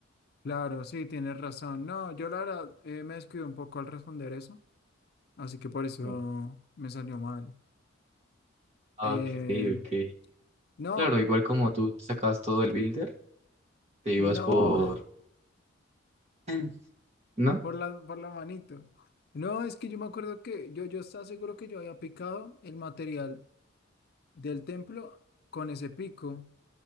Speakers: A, on the left; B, on the right.
A: Claro, sí, tienes razón. No, yo la verdad eh, me descuido un poco al responder eso, así que por eso
B: Mm.
A: me salió mal.
B: Ah,
A: Eh,
B: Ok, ok.
A: no,
B: Claro, igual como tú te sacabas todo el builder, te ibas
A: no.
B: por...
A: <laughs>
B: Mm. ¿No?
A: Por la, por la manito. No, es que yo me acuerdo que yo, yo estaba seguro que yo había picado el material del templo con ese pico,